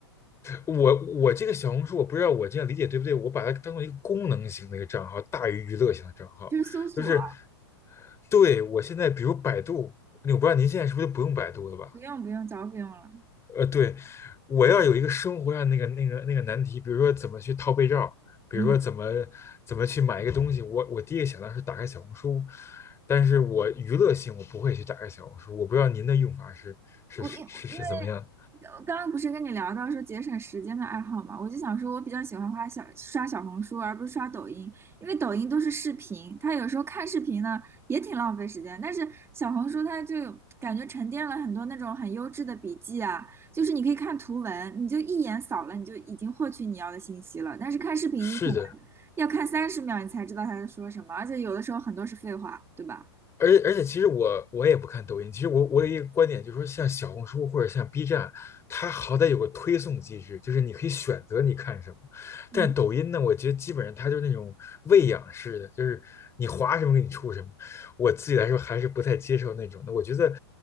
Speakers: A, on the left (about 20°); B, on the right (about 20°).
A: 我我这个小红书，我不知道我这样理解对不对，我把它当做一个功能型的一个账号，大于娱乐型的账号。
B: 就是搜索啊
A: 就是对我现在，比如百度，那我不知道您现在是不是就不用百度了吧？
B: 不用不用，早不用了。
A: 呃，对，我要有一个生活上那个那个那个难题，比如说怎么去套被罩，比如说怎么怎么去买一个东西，
B: 嗯。
A: 我我第一个想到是打开小红书，但是我娱乐性我不会去打开小红书，我不知道您的用法是是是是是怎么样？
B: 我因因为我刚刚不是跟你聊到说节省时间的爱好嘛，我就想说，我比较喜欢花小刷小红书，而不是刷抖音，因为抖音都是视频，它有时候看视频呢也挺浪费时间，但是小红书它就感觉沉淀了很多那种很优质的笔记啊，就是你可以看图文，你就一眼扫了，你就已经获取你要的信息了，但是看视频你可能
A: 是的，
B: 要看三十秒你才知道他在说什么，而且有的时候很多是废话，对吧？
A: 而且而且，其实我我也不看抖音。其实我我有一个观点，就是说，像小红书或者像 B 站，它好歹有个推送机制，就是你可以选择你看什么。
B: 嗯，
A: 但抖音呢，我觉得基本上它就是那种喂养式的，就是你划什么给你出什么。我自己来说还是不太接受那种的。我觉得，